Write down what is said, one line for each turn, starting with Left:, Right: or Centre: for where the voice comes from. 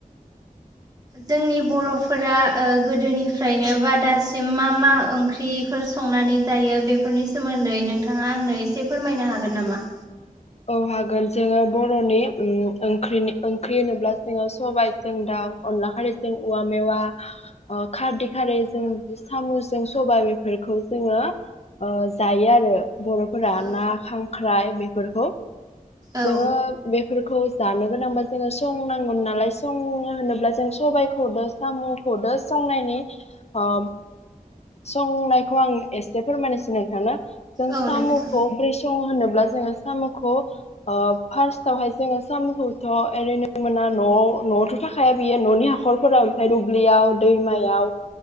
Left: <inaudible>
Right: जोंनि बर'फोरा ओ गोदोनिफ्रायनो बा दासिम मा मा ओंख्रिफोर संनानै जायो बेफोरनि सोमोन्दै नोंथाङा आंनो एसे फोरमायनो हागोन नामा?
Left: औ हागोन जोङो बर'नि उम ओंख्रिनि ओंख्रि होनोब्ला जोङो सबाय जों दाउ अनला खारैजों औवा मेवा अ खारदै खारै जों सामुजों सबा बेफोरखौ जोङो ओ जायो आरो बर'फोरा
Right: औ
Left: ना खांख्राइ बेफोरखौ।
Right: औ
Left: जोङो बेफोरखौ जानो गोनांबा जोङो संनांगौ नालाय संनो होनोब्ला जों सबाइखौ सामुखौ दो संनायनि ओ संनायखौ आं एसे फोरमायनोसै नोंथां जों
Right: औ
Left: साम'खौ
Right: नोंथां
Left: ब्रै सं होनोब्ला जोङो साम'खौ ओ फार्स्टवहाय जोङो साम'खौथ' ओरैनो मोना न'आव न'आवथ' थाखाया बियो न'नि हाखरफोराव ओमफ्राय दुब्लियाव दैमायाव